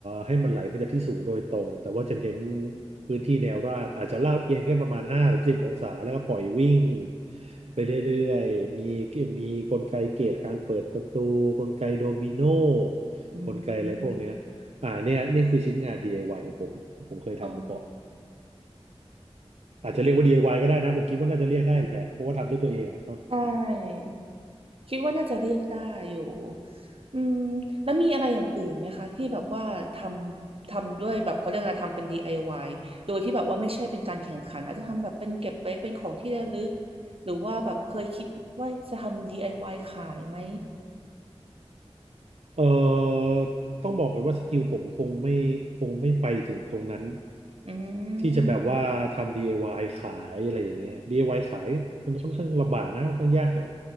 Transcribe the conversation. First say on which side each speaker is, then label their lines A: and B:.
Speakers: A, on the right; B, on the right.
A: ให้มันไหลมาจากที่สูงโดยตรงแต่ว่าจะเน้นพื้นที่แนวราบอาจจะลาดเอียงแค่ประมาณห้าหรือสิบองศาแล้วก็ปล่อยวิ่งไปเรื่อยๆมีมีกลไกเกตการเปิดประตูกลไกโดมิโน
B: อืมอืม
A: กลไกอะไรพวกเนี้ยอ่าเนี่ยนี่คือชิ้นงาน DIY ของผมที่ผมเคยทำมาก่อน
B: อ๋อ
A: อาจจะเรียกว่า DIY ก็ได้นะผมคิดว่าน่าจะเรียกได้แหละเพราะว่าทำด้วยตัวเองอะ
B: ใช่ คิดว่าน่าจะเรียกได้อยู่อืมแล้วมีอะไรอย่างอื่นไหมคะที่แบบว่าทำทำด้วยแบบเขาเรียกอะไรทำเป็น DIY โดยที่แบบว่าไม่ใช่เป็นการแข่งขันอาจจะทำแบบเป็นเก็บไว้เป็นของที่ระลึกหรือว่าแบบเคยคิดว่าจะทำ DIY ขายไหม
A: เอ่อต้องบอกกันว่าสกิลผมคงไม่คงไม่ไปถึงตรงนั้น
B: อื
A: ที่จะแบบว่าทำ
B: ม
A: DIY ขายอะไรอย่างเงี้ย DIY ขายมันค่อนข้างลำบากนะค่อนข้างยากหน่อย